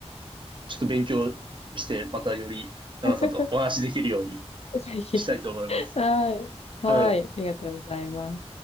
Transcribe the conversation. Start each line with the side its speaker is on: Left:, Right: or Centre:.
Right: ちょっと勉強して、またより、ナナさんとお話しできるように
Left: <laughs> ぜひ。
Right: したいと思います。
Left: はい。はい。
Right: はい。
Left: ありがとうございます。